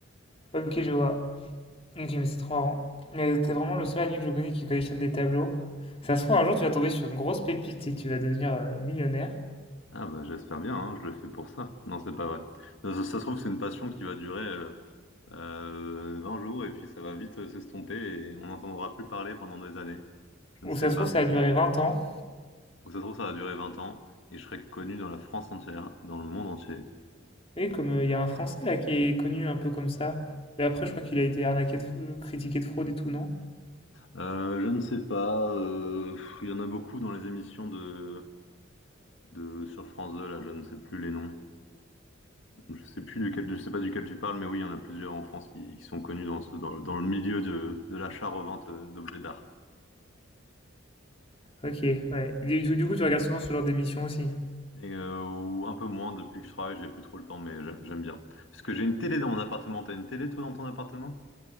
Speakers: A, on the left (about 30°); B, on the left (about 70°).
A: Ok, je vois. Ok, mais c'est trop marrant. Mais t'es vraiment le seul ami que je connais qui collectionne des tableaux. Ça se trouve, un jour, tu vas tomber sur une grosse pépite et tu vas devenir euh, millionnaire.
B: Ah bah j'espère bien, hein, je le fais pour ça. Non, c'est pas vrai. Ça, ça- ça se trouve, c'est une passion qui va durer euh, euh, 20 jours et puis ça va vite euh, s'estomper et on n'entendra plus parler pendant des années. Je
A: Ou
B: ne sais
A: ça se
B: pas.
A: trouve, ça a duré 20 ans.
B: Ou ça se trouve, ça va durer 20 ans et je serai connu dans la France entière, dans le monde entier.
A: Et comme euh, il y a un Français là qui est connu un peu comme ça. Mais après, je crois qu'il a été arnaqué de, f- euh, critiqué de fraude et tout, non?
B: Euh, je ne sais pas. euh, pff, Il y en a beaucoup dans les émissions de, de sur France 2, là, je ne sais plus les noms. Je sais plus duquel, je sais pas duquel tu parles, mais oui, il y en a plusieurs en France qui, qui sont connus dans ce, dans le, dans le milieu de, de l'achat-revente euh, d'objets d'art.
A: Ok, ouais. Du, du- du coup, tu regardes souvent ce genre d'émission aussi.
B: Et euh, ou un peu moins depuis que je travaille, j'ai plus trop le temps, mais j'a- j'aime bien. Parce que j'ai une télé dans mon appartement. T'as une télé toi dans ton appartement?